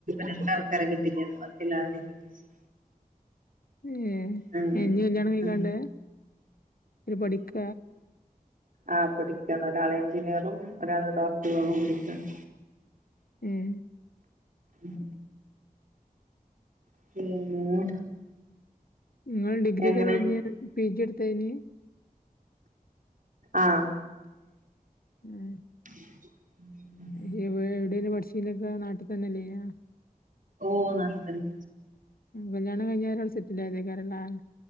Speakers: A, on the right; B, on the left.
A: രണ്ടാ ആൾക്കാരെ കെട്ടി കാണ്ട് ബാക്കിയെല്ലാരിം കെട്ടിച്ചു.
B: ഏഹ്
A: അങ്ങനെ
B: ഇഞ്ഞ് കല്യാണം കഴിക്കാണ്ട്
A: ഉം
B: ഓര് പഠിക്ക
A: ആഹ് പടിക്കാണ് ഒരാള് എഞ്ചിനീറും ഒരാള് ഡോക്ട് റ്റും അവാൻപഠിക്കാണ്.
B: ഉം
A: ഉം <unintelligible>
B: ഇങ്ങൾ ഡിഗ്രിയൊക്കെ
A: എങ്ങനെ
B: കഴിഞ്ഞ് പി ജി എടുത്ത് ഏനി.
A: ആഹ്
B: ഉം
A: മ്
B: ഇജ് ഇവടെഎവിടെ നു പഠിച്ചിനൊക്കെ നാട്ടിൽ തന്നെല്ലെ നോ
A: ഓ നാട്ടി തന്നെ.
B: കല്യാ ണം കഴിഞ്ഞ് അവരവിടെ സെറ്റിൽ ആയതേക്കാരംലേ